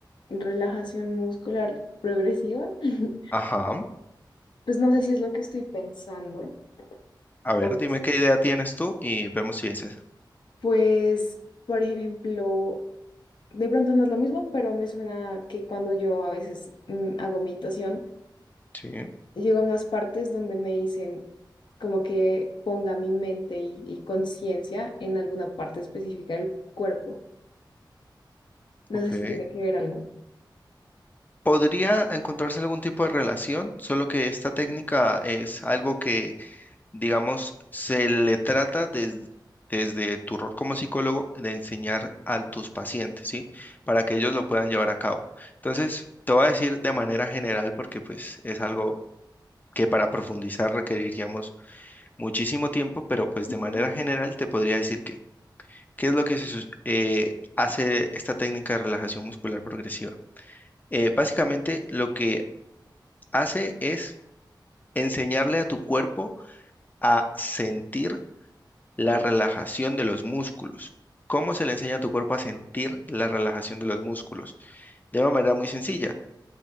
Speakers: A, on the left; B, on the left.
A: Relajación muscular progresiva. <laughs>
B: Ajá.
A: Pues no sé si es lo que estoy pensando.
B: A ver,
A: o
B: dime
A: si-
B: qué idea tienes tú y vemos si es esa.
A: Pues, por ejemplo, de pronto no es lo mismo, pero me suena que cuando yo a veces mm, hago meditación,
B: Sí,
A: llego a más partes donde me dicen como que ponga mi mente y, y conciencia en alguna parte específica del cuerpo. No
B: ok.
A: sé si tiene que ver algo.
B: Podría encontrarse algún tipo de relación, solo que esta técnica es algo que, digamos, se le trata des- desde tu rol como psicólogo de enseñar a tus pacientes, ¿sí? Para que ellos lo puedan llevar a cabo. Entonces, te voy a decir de manera general porque pues es algo que para profundizar requeriríamos muchísimo tiempo, pero pues
A: Ujú.
B: de manera general te podría decir que ¿Qué es lo que se sus- eh, hace esta técnica de relajación muscular progresiva? Eh, básicamente lo que hace es enseñarle a tu cuerpo a sentir la relajación de los músculos. ¿Cómo se le enseña a tu cuerpo a sentir la relajación de los músculos? De una manera muy sencilla,